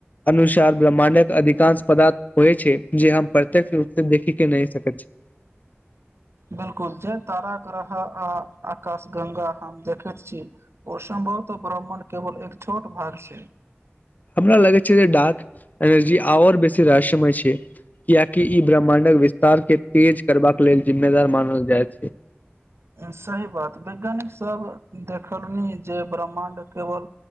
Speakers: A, on the left (about 40°); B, on the right (about 75°).
A: अनुसार ब्रह्मा्डक अधिकांश पदार्थ होइ छै जे हम प्रत्यक्ष रूप से देखि के नहि सकैत छी <inaudible>
B: बिलकुल जे तारा ग्रहक आ आकाश गंगा हम देखैत छी ओ सम्भत ब्राह्मण केवल एक छोट भाग छै
A: हमरा लगे छै जे ड्क एनर्जी आर बेसी रहस्यमय छै कियकि ई ब्रह्माण्डक विस्तार के तेज करबाक लेल जिम्मेदार मानल जाइत छै
B: सही बात वैज्ञानिक सब देखलनि जे ब्रह्माण्ड केवल